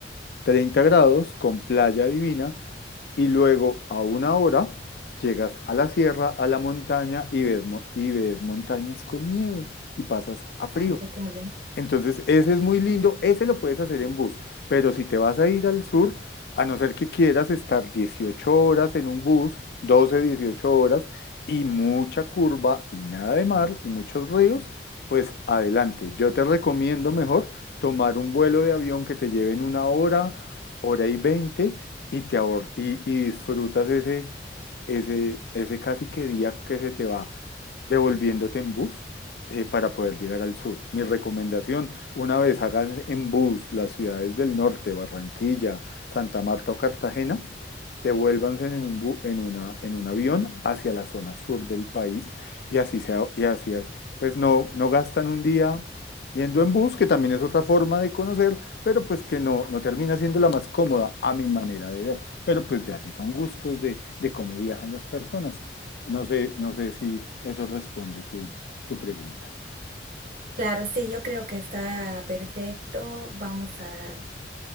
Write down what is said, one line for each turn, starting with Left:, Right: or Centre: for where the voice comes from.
Left: 30 grados, con playa divina y luego a una hora llegas a la sierra, a la montaña y ves, mo- y ves montañas con nieve y pasas a frío.
Right: Ah, está que muy lindo.
Left: Entonces, ese es muy lindo, ese lo puedes hacer en bus, pero si te vas a ir al sur, a no ser que quieras estar 18 horas en un bus, 12, 18 horas, y mucha curva y nada de mar y muchos ríos, pues adelante. Yo te recomiendo mejor tomar un vuelo de avión que te lleven una hora, hora y veinte, y te ahor y, y disfrutas ese, ese, ese casi que día que se te va devolviéndote en bus eh, para poder llegar al sur. Mi recomendación, una vez hagan en bus las ciudades del norte, Barranquilla, Santa Marta o Cartagena, devuélvanse en un, bu- en una, en un avión hacia la zona sur del país y así sea, y así, pues no, no gastan un día yendo en bus, que también es otra forma de conocer, pero pues que no, no termina siendo la más cómoda a mi manera de ver. Pero pues ya sí son gustos de, de cómo viajan las personas. No sé, no sé si eso responde tú tu pregunta.
Right: Claro, sí, yo creo que está perfecto. Vamos a,